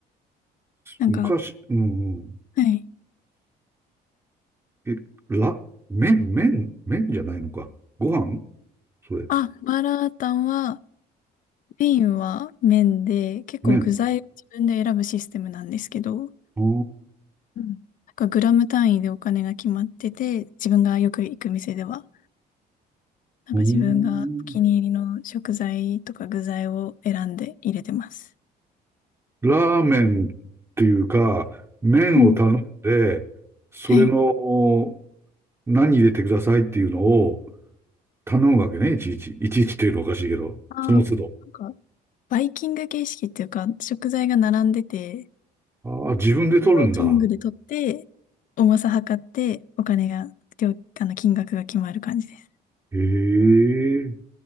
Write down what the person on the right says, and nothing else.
昔、うんうん。
え、ら、麺、麺、麺じゃないのか。ご飯それ。
麺。ああ。
うーんラーメンっていうか、麺を頼んで、
それの
何入れてくださいっていうのを頼むわけね、いちいち。いちいちっていうのおかしいけど、
その都度。
ああ、自分で取るんだ。
へえ、